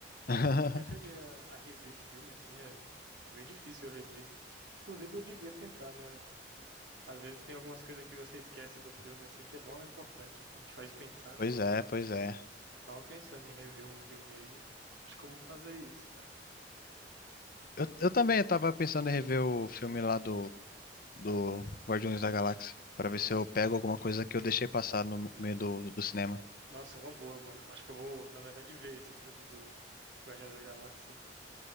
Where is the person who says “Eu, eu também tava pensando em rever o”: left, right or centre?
Left